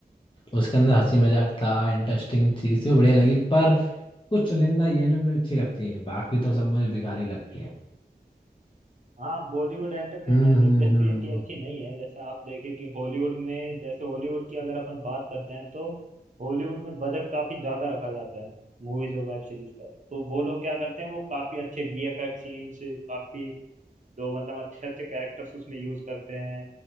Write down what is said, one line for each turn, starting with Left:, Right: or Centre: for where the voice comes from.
Left: उसके अंदर हंसी मजाक था इंटरेस्टिंग चीज थी वो बढ़िया लगी पर कुछ चुनिंदा ये हैं जो मुझे अच्छी लगती है बाकी तो सब मुझे बेकार ही लगती है
Right: हाँ बॉलीवुड एंटरटेनमेंट
Left: हम्म हम्म
Right: इंडस्ट्री
Left: हम्म
Right: इतनी अच्छी नहीं है जैसे आप देखें कि हॉलीवुड में जैसे हॉलीवुड की अगर अपन बात करते हैं तो हॉलीवुड में बजट काफी ज्यादा रखा जाता है मूवीज और वेब सीरीज का तो वो लोग क्या करते हैं वो काफी अच्छे वीएफएक्स सीन्स काफी जो मतलब अच्छे अच्छे कैरेक्टर्स उसमें यूज करते हैं